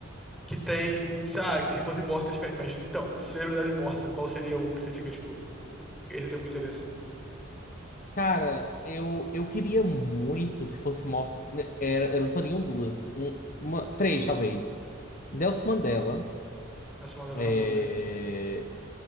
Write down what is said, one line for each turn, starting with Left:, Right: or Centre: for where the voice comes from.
Centre: que tem. Ah, que se fosse morta é diferente, mas então, de celebridade morta, qual seria o que você fica, tipo, o- esse tem muito interesse?
Left: Cara, eu, eu queria muito, se fosse morto, né, era, eram só seriam duas, um, uma, três talvez. Nelson Mandela.
Centre: Na sua mandala
Left: é,
Centre: é uma boa mesmo.